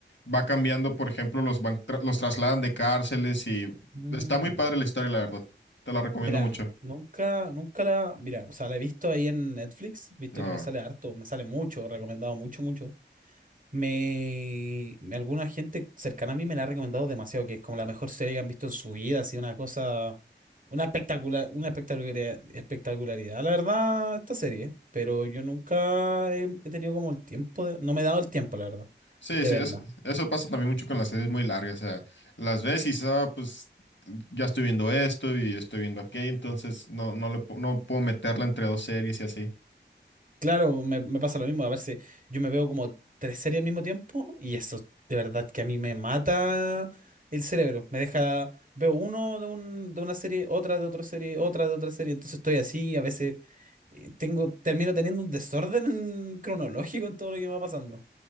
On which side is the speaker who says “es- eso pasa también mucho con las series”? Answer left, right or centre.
Left